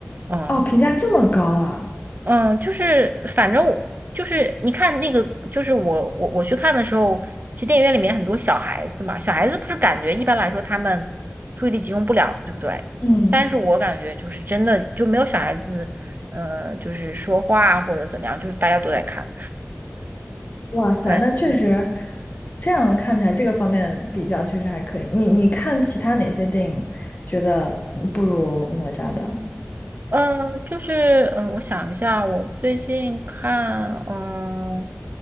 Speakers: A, on the right; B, on the left.
A: 嗯
B: 哦，评价这么高啊！
A: 嗯，就是反正我就是你看那个，就是我我我去看的时候，其实电影院里面很多小孩子嘛，小孩子不是感觉一般来说他们注意力集中不了，对不对？
B: 嗯。
A: 但是我感觉就是真的就没有小孩子，呃，就是说话或者怎么样，就是大家都在看。
B: 哇塞，
A: 对，
B: 那确实，这样看起来这个方面比较确实还可以。你你看其他哪些电影觉得嗯不如哪吒的？
A: 嗯、就是嗯、呃我想一下，我最近看，嗯、